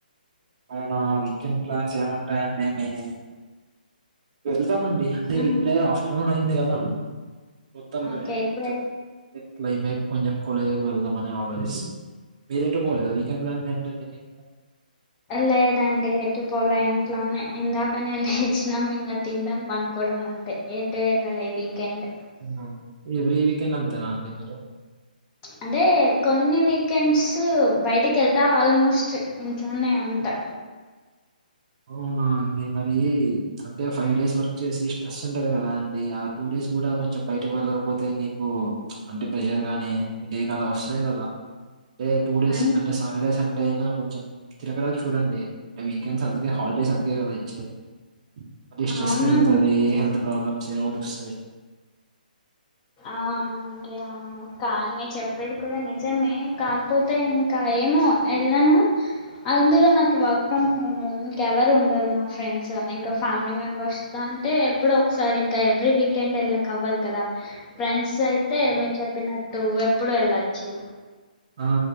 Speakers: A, on the right; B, on the left.
A: అవునా వీకెండ్ ప్లాన్స్ ఏముంటాయండి మీవి వెళ్తామండి అదె
B: ఉమ్,
A: ఇప్పుడే గదా ఆఫ్టర్నూన్ అయింది కదా మొత్తం మే
B: ఓకే ఇప్పుడు
A: చం. ఈ క్లైమేట్ కొంచెం కూల్ అయ్యాక వెళ్దామని ఆలోచిస్ మీరు ఎటు పోలేదా వికెండ్ ప్లాన్స్ ఏంటంటే మీక్
B: లేదండి ఎటుపోలా ఇంట్లోనే ఇందాకనే యెల్లిచినాం ఇంగ తిండం పండకోవడం అంతే ఎటు వెళ్లలే ఈ వీకెండ్
A: వునా ఎవ్రీ వీకెండ్ అంతేనా అండి మీరు
B: అంటే కొన్ని వీకెండ్సు బయిటికి వెల్త్ అ ఆల్మోస్ట్ ఇంట్లోనే ఉంటా
A: అవునా అండి మరి అంటే ఫై డేస్ వర్క్ చేసి స్ట్రెస్ ఉంటది కదా అండి ఆ టూ డేస్ కూడా కొంచెం బయటకి వెళ్ళకపోతే మీకు అంటే ప్రెషర్ గానీ హెడేక్ అలా వస్తాయి కదా అంటే టూ డేస్
B: అ
A: అంటే శాటర్డే సండే అయినా కొంచెం తిరగడానికి చూడండి అ వీకెండ్స్ అందుకే హాలిడేస్ అందుకే గాదా ఇచ్చేది మళ్ళీ స్ట్రెస్
B: అవును
A: పెరుగుతాది హెల్త్ ప్రాబ్లమ్స్ ఏదో ఒకటి వస్తాయి
B: అవునండి అవును కానీ మీ చెప్పేది కూడా నేను నిజమే కాకపోతే ఇంకా ఏమో ఎళ్ళను అందులో నాకు వర్క్ ఫ్రమ్ హోము ఇంకెవరు ఉండరు మా ఫ్రెండ్స్ అలా ఇంకా ఫ్యామిలీ మెంబర్స్ దాంటే ఎప్పుడో ఒకసారి ఇంకా ఎవ్రీ వీకెండ్ ఎళ్ళ అవ్వదు కదా ఫ్రెండ్స్ అయితే మీరు చెప్పినట్టు ఎప్పుడు వెళ్లచ్చు
A: ఆ